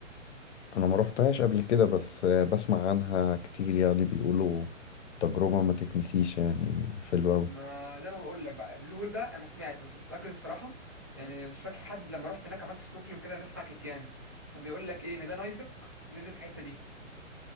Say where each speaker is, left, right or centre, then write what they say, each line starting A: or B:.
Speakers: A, on the left; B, on the right.
A: انا ما روحتهاش قبل كده بس آه، بسمع عنها كتير يعني بيقولوا تجربة ما تتنسيش يعني حلوة قوي
B: ما زي ما بقول لك بقى البلو هول ده انا سمعت بس مش متاكد الصراحه يعني مش فاكر حد لما رحت هناك عملت سنوكلينج كده الناس حكت يعني كان بيقول لك ايه ان ده نايزك نزل في الحته دي